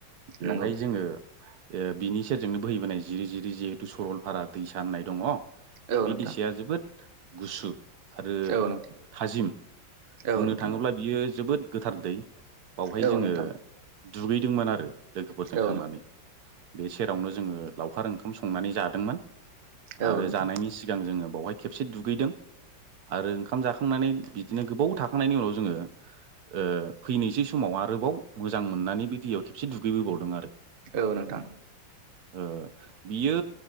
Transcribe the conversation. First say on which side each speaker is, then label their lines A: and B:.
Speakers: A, on the right (about 65°); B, on the right (about 80°).
A: बेवहाय
B: नंगौ
A: जोङो। ओ बिनि सेरजोंनो बोहैबोनाय जिरि जिरि जिहेथु सरलफारा दैसा होननाय दङ।
B: औ
A: बि
B: नोंथां
A: दैसाया जोबोद गुसु। आरो
B: औ नोंथां
A: थाजिम
B: औ
A: बुंनो
B: नोंथां
A: थाङोब्ला बियो जोबोद गोथार दै। बावहाय
B: औ
A: जोङो
B: नोंथां
A: दुगैदोंमोन आरो लोगोफोरजों
B: औ नोंथां औ
A: थांनानै। बे सेरावनो जोङो लावखार ओंखाम संनानै जादोंमोन
B: नोंथां
A: आरो जानायनि सिगां जोङो बेवहाय खेबसे दुगैदों आरो ओंखाम जाखांनानै बिदिनो गोबाव थाखाखांनायनि उनाव जोङो ओ फैनोसै समाव आरोबाव मोजां मोननानै बे दैयाव खेबसे दुगैबोबावदों आरो।
B: औ नोंथां।
A: ओ बियो